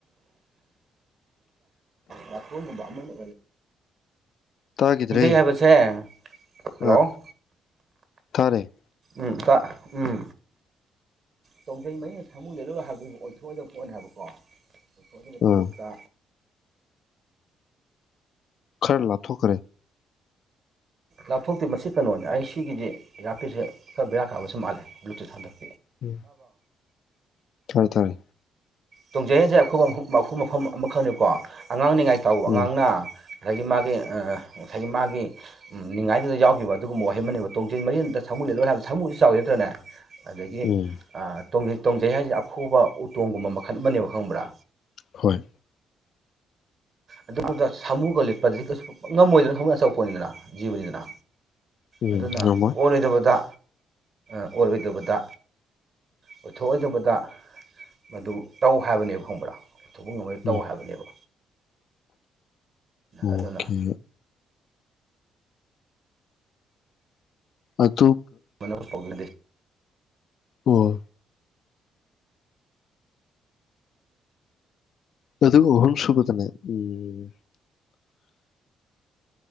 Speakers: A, on the right (about 50°); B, on the left (about 65°).
A: ꯋꯥꯇꯣꯟ ꯒꯨꯝꯕ ꯑꯃꯅ
B: ꯇꯒꯤꯗ꯭ꯔꯦ
A: ꯍꯥꯏꯕꯁꯦ ꯍꯜꯂꯣ
B: ꯑ ꯇꯥꯔꯦ
A: ꯎꯝ ꯇ ꯎꯝ ꯇꯣꯡꯖꯩ ꯃꯩꯅ ꯊꯃꯨꯗ ꯂꯣꯏ ꯍꯥꯏꯕ ꯑꯣꯏꯊꯣꯛꯑꯏꯗꯕ ꯄꯣꯠꯅꯦ ꯍꯥꯏꯕꯀꯣ
B: ꯑꯥ
A: <unintelligible>
B: ꯈꯔ ꯂꯥꯞꯊꯣꯛꯈ꯭ꯔꯦ
A: ꯂꯥꯞꯊꯣꯛꯇꯦ ꯃꯁꯤ ꯀꯩꯅꯣꯅꯦ ꯑꯩ ꯁꯤꯒꯤꯗꯤ ꯌꯥꯔꯄꯤꯁꯁꯦ ꯈꯔ ꯕꯦꯔꯥ ꯀꯥꯕꯁꯨ ꯃꯥꯜꯂꯦ ꯕ꯭ꯨꯂꯇꯨꯠ ꯍꯟꯗꯛꯇ
B: ꯎ ꯐꯔꯦ ꯊꯔꯦ
A: ꯇꯣꯡꯖꯩꯁꯦ ꯑꯩꯈꯨꯕ ꯃꯐꯝ ꯑꯃꯈꯛꯅꯤꯀꯣ ꯑꯉꯥꯡꯅꯤꯉꯥꯏ ꯇꯥꯎꯕ ꯑꯉꯥꯡꯅ
B: ꯎꯝ
A: ꯑꯗꯒꯤ ꯃꯥꯒꯤ ꯉꯁꯥꯏꯒꯤ ꯃꯥꯒꯤ ꯅꯤꯡꯉꯥꯏꯗꯨꯗ ꯌꯥꯎꯈꯤꯕ ꯑꯗꯨꯒꯨꯝꯕ ꯋꯥꯍꯩ ꯑꯃꯅꯦꯕ ꯇꯣꯡꯖꯤꯟ ꯃꯔꯤ ꯑꯃꯗ ꯁꯃꯨ ꯂꯦꯟꯂꯣꯅ ꯍꯥꯏꯕꯗ ꯁꯪꯃꯨꯁꯨ ꯆꯥꯎꯋꯦ ꯅꯠꯇ꯭ꯔꯅꯦ ꯑꯗꯒꯤ
B: ꯎꯝ
A: ꯑ ꯇꯣꯟꯖꯩ ꯇꯣꯡꯖꯩ ꯍꯥꯏꯁꯦ ꯑꯈꯨꯕ ꯎꯇꯣꯡꯒꯨꯝꯕ ꯃꯈꯜ ꯑꯃꯅꯦꯕ ꯈꯪꯕ꯭ꯔꯥ
B: ꯍꯣꯏ
A: ꯑꯗꯨꯗ ꯁꯥꯃꯨꯒ ꯂꯦꯞꯄꯗꯗꯤ ꯀꯩꯁꯨ ꯉꯝꯃꯣꯏꯗꯅ ꯁꯥꯃꯨ ꯑꯆꯧꯕꯄꯣꯠꯅꯤꯗꯅ ꯖꯤꯕꯅꯤꯗꯅ
B: ꯎꯝ
A: ꯑꯗꯨꯅ
B: ꯉꯝꯃꯣꯏ
A: ꯑꯣꯜꯔꯣꯏꯗꯕꯗ ꯑꯣꯏꯔꯣꯏꯗꯕꯗ ꯑꯣꯏꯊꯣꯛꯑꯣꯏꯗꯕꯗ ꯃꯗꯨ ꯇꯧ ꯍꯥꯏꯕꯅꯦꯕ ꯈꯪꯕ꯭ꯔꯥ ꯄꯨꯊꯧꯕ ꯉꯝꯃꯒ
B: ꯎꯝ
A: ꯇꯧ ꯍꯥꯏꯕꯅꯦꯕ
B: ꯑꯣꯀꯦ
A: ꯑꯗꯨꯅ
B: ꯍꯣꯏ
A: ꯃꯩꯅ ꯄꯥꯎꯦ
B: ꯑꯣ ꯑꯗꯨ ꯑꯗꯨ ꯑꯣꯍꯨꯝ ꯁꯕꯗꯥꯅꯦ ꯎꯝ